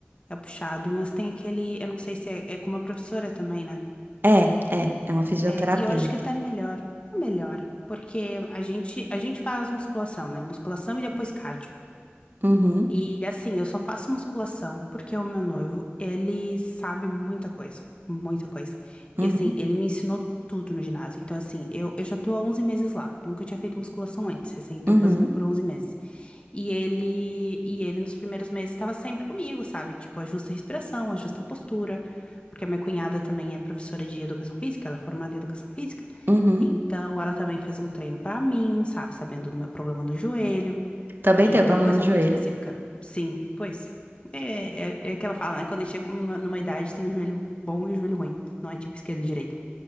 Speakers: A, on the left; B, on the right.
A: É puxado, mas tem aquele. Eu não sei se é, é com uma professora também, né?
B: É, é, é uma fisioterapeuta.
A: É, e eu acho que até melhor. É melhor, porque a gente, a gente faz musculação, né? Musculação e depois cardio.
B: Uhum,
A: E assim, eu só faço musculação porque o meu noivo, ele sabe muita coisa, muita coisa.
B: uhum,
A: E assim, ele me ensinou tudo no ginásio. Então assim, eu, eu já tô há 11 meses lá. Nunca tinha feito musculação antes, assim, tô
B: uhum,
A: fazendo por 11 meses. E ele, e ele nos primeiros meses estava sempre comigo, sabe? Tipo, ajusta a respiração, ajusta a postura, porque a minha cunhada também é professora de educação física, ela é formada em educação física.
B: uhum.
A: Então, ela também fez um treino pra mim, sabe? Sabendo do meu problema do joelho.
B: Também
A: E
B: tenho
A: era
B: problema
A: uma coisa
B: no joelho.
A: muito específica. Sim, pois. É, é, é que ela fala, né? Quando a gente chega numa numa idade, tem o joelho bom e o joelho ruim. Não é tipo esquerdo e direito.